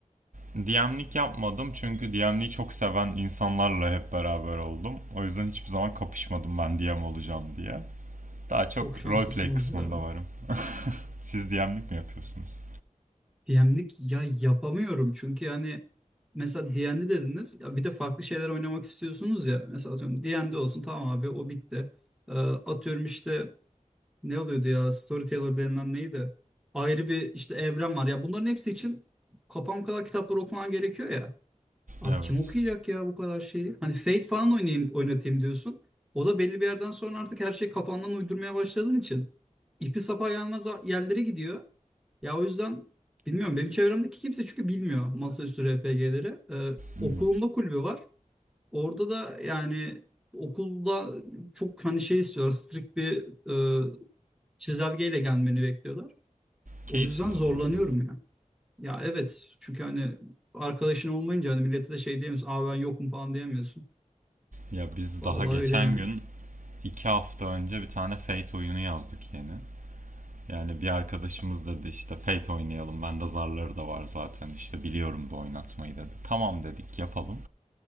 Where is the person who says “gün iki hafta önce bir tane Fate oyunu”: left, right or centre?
Right